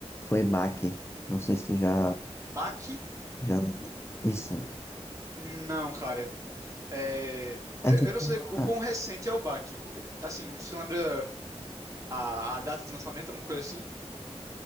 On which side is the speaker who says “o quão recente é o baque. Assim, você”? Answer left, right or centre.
Right